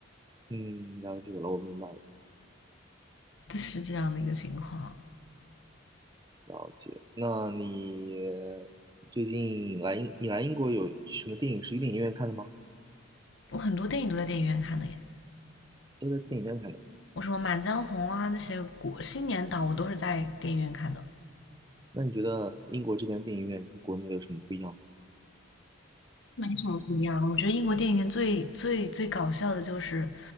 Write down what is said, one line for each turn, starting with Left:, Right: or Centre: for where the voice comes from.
Right: 嗯，了解了，我明白了，
Left: 是这样的一个情况。
Right: 了解。那你最近来英，你来英国有什么电影是去电影院看的吗？
Left: 我很多电影都在电影院看的耶，
Right: 都在电影院看的。
Left: 我什么《满江红》啊那些国新年档我都是在电影院看的，
Right: 那你觉得英国这边电影院跟国内有什么不一样吗？
Left: 没什么不一样。我觉得英国电影院最最最搞笑的就是